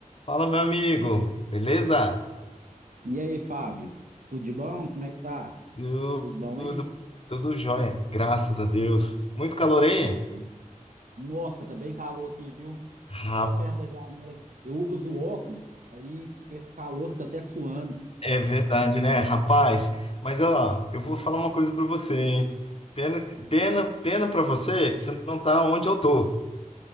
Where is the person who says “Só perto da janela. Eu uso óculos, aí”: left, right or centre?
Right